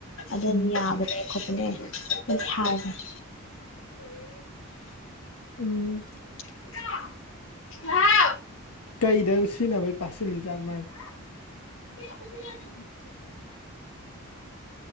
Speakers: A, on the left; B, on the left.
A: ꯑꯗꯨꯗꯤ
B: ꯎꯝ
A: ꯌꯥꯕꯅꯦ ꯈꯣꯠꯄꯅꯦ ꯑꯗꯨꯢ ꯍꯥꯏꯕꯅꯦ
B: ꯂꯣꯢꯌꯦ ꯎꯝ
A: <unintelligible>
B: ꯀꯩꯗ ꯁꯤꯟꯅꯕꯩ ꯄꯥꯁꯤꯜꯂꯤ ꯖꯥꯠꯅꯣ ꯃꯥꯏ ꯕꯣꯢ
A: <unintelligible>
B: <inaudible>